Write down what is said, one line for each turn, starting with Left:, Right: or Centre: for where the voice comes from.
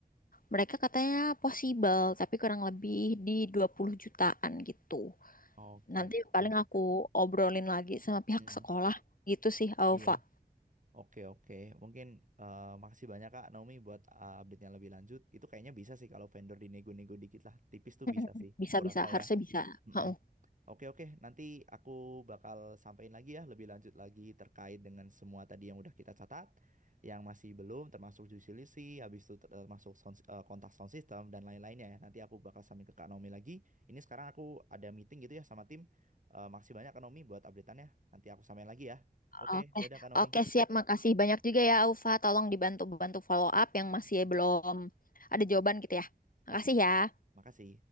Left: mereka katanya possible tapi kurang lebih di 20 jutaan gitu
Right: oke
Left: Nanti
Right: oke
Left: paling aku obrolin lagi sama pihak
Right: Mhm.
Left: sekolah
Right: Mm.
Left: gitu sih, Alfa.
Right: Iya Oke oke, mungkin eh, makasih banyak Kak Naomi buat eh, update-nya lebih lanjut. Itu kayaknya bisa sih kalau vendor dinego-nego dikit lah, tipis tuh
Left: <laughs>
Right: bisa sih,
Left: Bisa-bisa,
Right: kurasa
Left: harusnya
Right: ya.
Left: bisa.
Right: Mm-mm.
Left: Heeh.
Right: Oke oke, nanti aku bakal sampaikan lagi ya, lebih lanjut lagi terkait dengan semua tadi yang udah kita catat, yang masih belum, termasuk juicy list, habis itu termasuk sound, Si-, eh, kontak sound system dan lain-lainnya ya. Nanti aku bakal sampaikan ke Kak Naomi lagi. Ini sekarang aku ada meeting gitu ya sama tim. Eh, makasih banyak Kak Naomi buat update-annya. Nanti aku sampaikan lagi ya. Oke,
Left: Oke,
Right: dadah Kak Naomi.
Left: oke siap. Makasih banyak juga ya, Alfa. Tolong dibantu-bantu follow up yang masih belum ada jawaban gitu ya. Makasih
Right: Oke, siap.
Left: ya.
Right: Makasih.